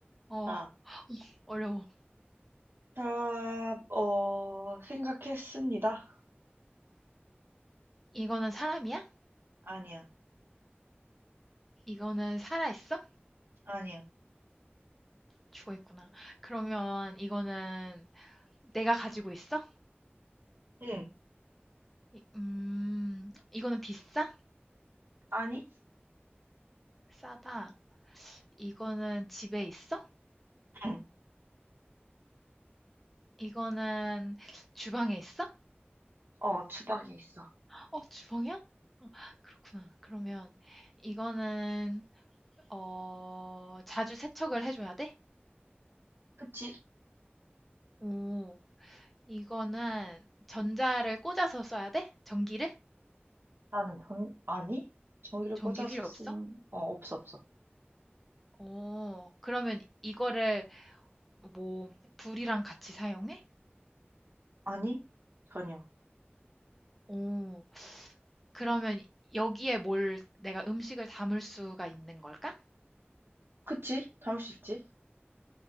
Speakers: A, in the centre; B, on the right (about 65°).
A: 어,
B: 자,
A: 어려워.
B: 자, 어, 생각했습니다.
A: 이거는 사람이야?
B: 아니야,
A: 이거는 살아있어?
B: 아니야.
A: 죽어있구나. 그러면 이거는 내가 가지고 있어?
B: 응,
A: 이- 음, 이거는 비싸?
B: 아니,
A: 싸다. 이거는 집에 있어?
B: 응.
A: 이거는 주방에 있어?
B: 어, 주방에 있어.
A: 어, 주방이야? 어, 그렇구나. 그러면 이거는, 어, 자주 세척을 해줘야 돼?
B: 그치?
A: 오. 이거는 전자를 꽂아서 써야 돼? 전기를?
B: 나는 전, 아니? 전기를
A: 전기
B: 꽂아서
A: 필요
B: 쓰는,
A: 없어?
B: 어, 없어, 없어.
A: 어, 그러면 이거를 뭐 불이랑 같이 사용해?
B: 아니? 전혀.
A: 오, 그러면 여기에 뭘 내가 음식을 담을 수가 있는 걸까?
B: 그치? 담을 수 있지?